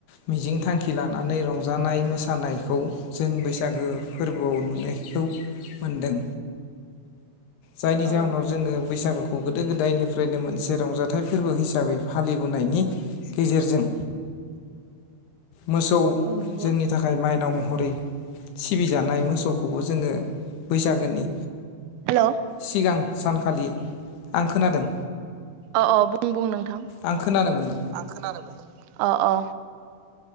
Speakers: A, on the left (about 85°); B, on the right (about 80°).
A: मिजिं थांखि लानानै रंजानाय मोसानायखौ जों बैसागो फोरबोआव नुनायखौ मोन्दों। जायनि जाहोनाव
B: औ
A: जोङो बैसागुखौ गोदो गोदायनिफ्रायनो मोनसे रंजाथाइ फोरबो हिसाबै फालिबोनायनि गेजेरजों मोसौ
B: औ नंगौ
A: जोंनि थाखाय माइनाव म हरै सिबिजानाय मोसौखौबो जोङो बैसागोनि
B: हेल'
A: सिगां सानखालि आं खोनादों
B: अ अ बुं बुं नों थां
A: आं खोनानो मोनदों
B: आं खोनानो मोनदों। अ अ